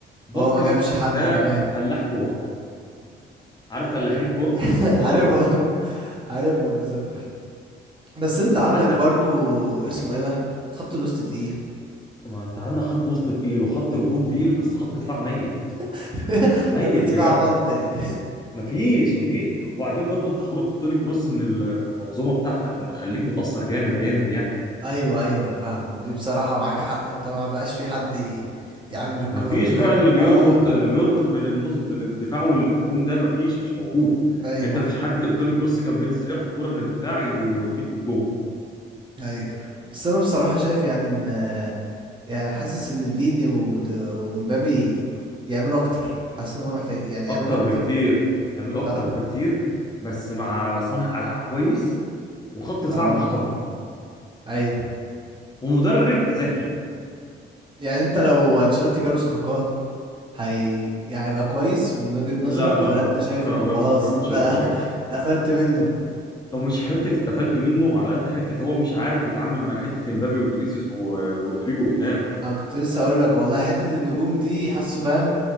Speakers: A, on the right; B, on the left.
A: هو
B: فاسكيز
A: ما جابش حد
B: ده
A: كمان
B: فلاح كوره عارف فلاحين الكوره
A: <laughs>
B: هو
A: عارفه
B: ده فاسكيز
A: عارفه بصراحه بس انت
B: وعندك
A: عندك برضو اسمه ايه ده خط الوسط تقيل
B: ما انت عندك خط وسط تقيل وخط هجوم تقيل بس خط دفاع ميت
A: <laughs>
B: ميت
A: خط دفاع
B: بجد
A: ملط يعني
B: مفيش مفيش وبعدين برضو انت خروج توني كروس من ال- من المنظومه بتاعتك مخليك متاثر جامد جامد يعني
A: ايوه ايوه فاهمك دي بصراحه معاك حق انت ما بقاش في حد ي- يعمل الكور
B: مفيش
A: فاهم
B: بقى اللي بيربط
A: اه
B: اللي بيربط بين النص بين الدفاع والهجوم ده مفيش مش موجود
A: ايوه
B: يعني انت مفيش حد توني كروس كان بينزل ياخد الكرة من الدفاع يوديك بالجول
A: ايوه بس انا بصراحة شايف يعني ان يعني حاسس ان فيني ود- ومبابي يعملوا اكتر حاسس ان هم محتاج يعني يعملوا
B: اكتر
A: اكتر
B: بكتير يعمل اكتر
A: صح
B: بكتير بس مع صانع العاب كويس وخط
A: اه
B: دفاع محترم
A: ايوه
B: ومدرب ذكي
A: يعني انت لو انشيلوتي جاله صفقات هي يعني هيبقى كويس من وجهة نظرك
B: لا لا
A: ولا
B: برضه
A: انت شايف
B: حتى
A: انه
B: لو
A: خلاص
B: جاله صفقات
A: انت
B: مش هيبقى
A: <laughs>
B: كويس
A: اتقفلت منه
B: هو مش حته اتقفلت منه على قد حته هو مش عارف يتعامل مع حته امبابي وفينيسيوس و- ورودريجو قدام
A: انا كنت لسه هقول لك والله حتة النجوم دي حاسه فاهم